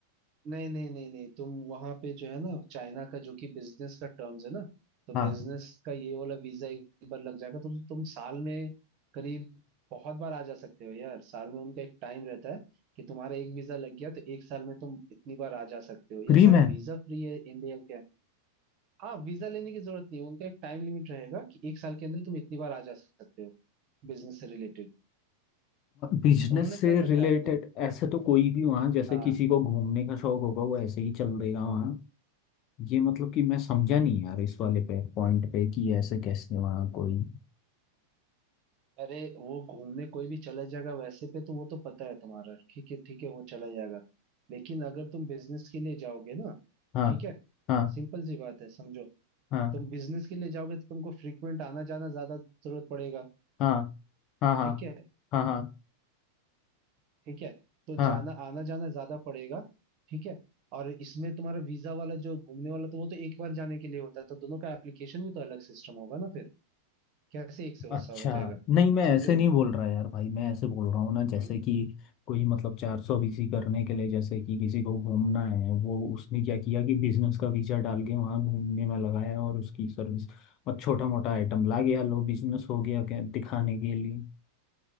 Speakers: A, on the right; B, on the left.
A: नहीं नहीं नहीं नहीं तुम वहां पे जो है ना चाइना का जो कि बिजनेस का टर्म्स है ना तो
B: हाँ
A: बिजनेस का ये वाला वीजा एक बार लग जाएगा तो तुम साल में करीब बहुत बार आ जा सकते हो यार साल में उनका एक टाइम रहता है कि तुम्हारा एक वीजा लग गया तो एक साल में तुम इतनी बार आ जा सकते हो
B: फ्री
A: या शायद
B: में
A: वीजा फ्री है इंडिया क्या है हाँ वीजा लेने की जरूरत नहीं है उनका एक टाइम लिमिट रहेगा कि एक साल के अंदर तुम इतनी बार आ जा सकते हो बिजनेस से रिलेटेड
B: बिजनेस
A: उन्होंने
B: से
A: कर
B: रिलेटेड
A: रखा है अपने
B: ऐसे तो कोई भी वहाँ जैसे
A: हाँ
B: किसी को घूमने का शौक होगा वो ऐसे ही चल देगा वहाँ ये मतलब कि मैं समझा नहीं यार इस वाले पे पॉइंट पे कि ऐसे कैसे वहाँ कोई
A: अरे वो घूमने कोई भी चला जाएगा वैसे पे तो वो तो पता है तुम्हारा ठीक है ठीक है वो चला जाएगा लेकिन अगर तुम बिजनेस के लिए जाओगे ना
B: हाँ
A: ठीक है
B: हाँ
A: सिंपल सी बात है समझो
B: हाँ
A: तुम बिजनेस के लिए जाओगे तो तुमको फ्रीक्वेंट आना जाना ज्यादा जरूरत पड़ेगा
B: हाँ हाँ हाँ
A: ठीक है
B: हाँ हाँ हाँ।
A: ठीक है तो
B: हाँ
A: जाना आना जाना ज्यादा पड़ेगा ठीक है और इसमें तुम्हारा वीजा वाला जो घूमने वाला तो वो तो एक बार जाने के लिए होता है तो दोनों का एप्लीकेशन भी तो अलग सिस्टम होगा ना फिर कैसे एक से
B: अच्छा
A: वैसा हो जाएगा
B: नहीं मैं
A: समझो
B: ऐसे
A: मेरे
B: नहीं बोल रहा यार भाई मैं ऐसे बोल रहा हूँ ना जैसे
A: हम्म।
B: कि कोई मतलब चार सौ बीसी करने के लिए जैसे कि किसी को घूमना है वो उसने क्या किया कि बिजनेस का वीजा डाल के वहाँ घूमने में लगाया और उसकी सर्विस और छोटा मोटा आइटम ला गया लो बिजनेस हो गया क्या दिखाने के लिए